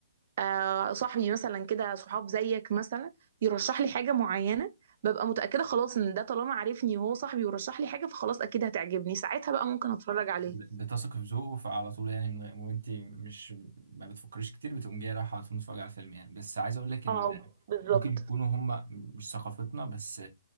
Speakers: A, on the right (about 45°); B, on the right (about 70°).
A: آه، صاحبي مثلا كده صحاب زيك مثلا يرشح لي حاجة معينة ببقى متأكدة خلاص ان ده طالما عارفني وهو صاحبي ورشح لي حاجة فخلاص اكيد هتعجبني ساعتها بقى ممكن اتفرج عليها
B: بتثق في ذوقه فعلى طول يعني من غير- وانت مش ما بتفكريش كتير بتقوم جايه رايحه على طول متفرجه على الفيلم يعني بس عايز اقول لك ان
A: اه بالظبط
B: ممكن يكونوا هم مش ثقافتنا بس